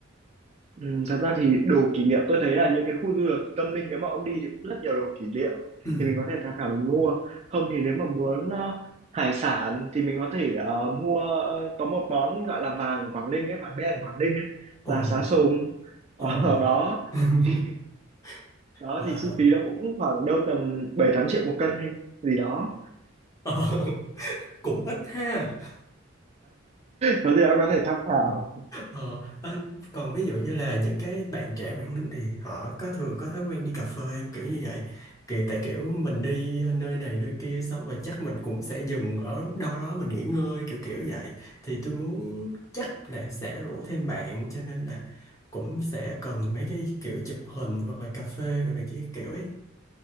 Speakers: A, on the right; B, on the left.
A: ừ, thật ra thì đồ kỷ niệm tôi thấy là những cái khu du lịch tâm linh nếu mà ông đi thì cũng rất nhiều đồ kỷ niệm
B: ừ
A: thì mình có thể tham khảo mình mua không thì nếu mà muốn ờ, hải sản thì mình có thể ờ, mua ờ, có một món gọi là vàng ở Quảng Ninh ấy vàng đen ở Quảng Ninh ấy
B: ồ
A: là sá sùng ở
B: ồ
A: <laughs> đó
B: <laughs>
A: thì, đó
B: wow
A: thì chi phí đó cũng khoảng đâu tầm bảy tám triệu một cân hay gì đó
B: Ờ, <laughs> cũng ít ha
A: có gì đó có thể tham khảo
B: Ờ, anh còn ví dụ như là những cái bạn trẻ Quảng Ninh thì họ có thường có thói quen đi cà phê không? kiểu như vậy kiểu tại kiểu mình đi nơi này nơi kia xong rồi chắc mình cũng sẽ dừng ở đâu đó mình nghỉ ngơi kiểu kiểu vậy thì tôi muốn chắc là sẽ rủ thêm bạn cho nên là cũng sẽ cần mấy cái kiểu chụp hình hoặc là cà phê rồi này kia kiểu ấy